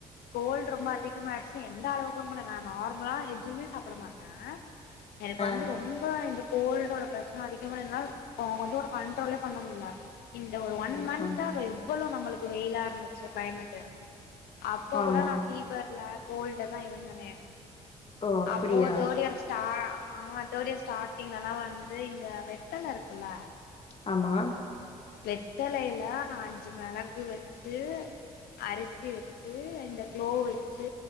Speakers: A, on the left; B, on the left.
A: கோல்டு ரொம்ப அதிகமாயிட்ச்சு எந்த அளவுக்குமுல்ல நா நார்மலா எதுவ்மே சாப்புட மாட்டே எனக்கு
B: ஆ
A: வந்து ரொம்ப இந்த கோல்டோட பிரச்சன அதிகமா இருந்தா ஓ கொஞ்சோட கண்ட்ரோலே பண்ண முல்ல இந்த ஒரு ஒன்
B: ஆஹா
A: மன்தா அத எவ் ளதா நம்மளுக் கு வெயிலா இருந்து‌ச்சு கிளைமேட்டு அப்ப
B: ஆமா
A: கூட நா ஃபீவர்ல கோல்ட்லதா இருந்தனே
B: ஓ அப்படியா
A: அப்போவு தோடி அரச்ட்டா ஆஹ் அத்தோடிய ஸ்டார்டிங்லல்லாம் வந்து இங்க வெத்தலை இருக்குல்ல
B: ஆமா
A: வெத்தலையில் நான் அஞ்சு மிளகு வச்சு அரிசி வச்சு அந்த கு்ளோ வச்சு